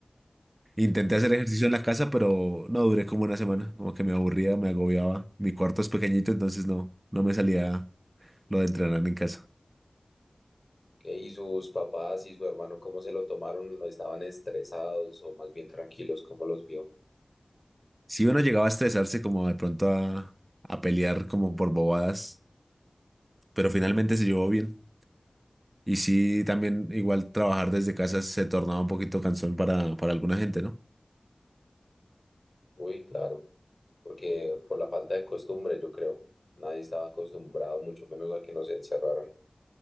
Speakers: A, on the right; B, on the left.
A: Intenté hacer ejercicio en la casa, pero no duré como una semana, como que me aburría, me agobiaba. Mi cuarto es pequeñito, entonces no, no me salía lo de entrenar en casa.
B: Ok, Y sus papás y su hermano, ¿cómo se lo tomaron? ¿Estaban estresados o más bien tranquilos? ¿Cómo los vio?
A: Si uno llegaba a estresarse como de pronto a, a pelear como por bobadas, pero finalmente se llevó bien. Y sí, también igual trabajar desde casa se tornaba un poquito cansón para, para alguna gente, ¿no?
B: Uy, claro, porque por la falta de costumbre, yo creo. Nadie estaba acostumbrado, mucho menos a que nos encerraran.